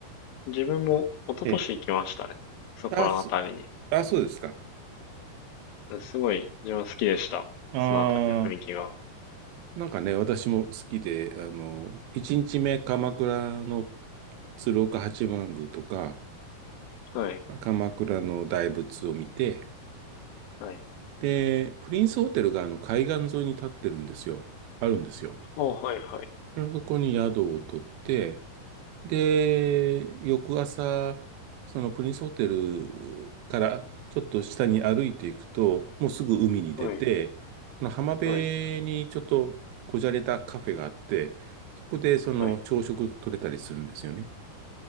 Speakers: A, on the left; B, on the right.
A: 自分も一昨年行きましたね。
B: ええ、
A: そこらのあたりに。
B: あ、す、あ、そうですか。
A: すごい自分は好きでした。
B: ああ、
A: そのあたりの雰囲気が。
B: なんかね、私も好きで、あの、1日目、鎌倉の鶴岡八幡宮とか、
A: はい。
B: 鎌倉の大仏を見て、
A: はい。
B: で、プリンスホテルがあの海岸沿いに立ってるんですよ。あるんですよ。
A: ああ、はいはい。
B: でそこに宿を取って、で、翌朝、そのプリンスホテルからちょっと下に歩いていくと、もうすぐ海に出て、
A: はい。
B: その浜辺にちょっとこじゃれたカフェがあって、
A: はい。
B: そこでその朝食取れたりするんですよね。
A: はい。